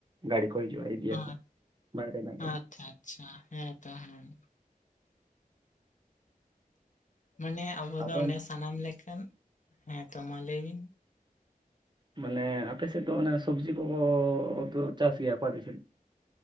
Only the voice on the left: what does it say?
ᱟ-
ᱟᱪᱪᱷᱟ ᱟᱪᱪᱷᱟ ᱦᱮᱸ ᱛᱚ ᱦᱮᱸ ᱢᱟᱱᱮ ᱟᱵᱚ
ᱫᱚ ᱚᱱᱮ ᱥᱟᱱᱟᱢ ᱞᱮᱠᱟᱱ ᱦᱮᱸᱛᱚ ᱢᱟ ᱞᱟᱹᱭ ᱵᱤᱱ